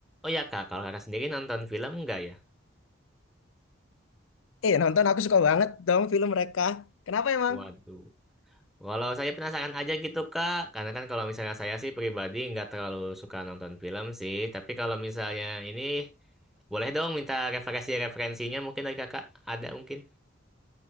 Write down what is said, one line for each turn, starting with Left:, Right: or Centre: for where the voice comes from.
Centre: Oh ya kak, kalau kakak sendiri nonton film enggak ya?
Left: Eh, nonton aku suka banget dong film mereka. Kenapa emang?
Centre: Waduh. Kalau saya penasaran aja gitu kak, karena kan kalau misalnya saya sih pribadi nggak terlalu suka nonton film sih, tapi kalau misalnya ini boleh dong minta referensi-referensinya mungkin dari kakak ada mungkin.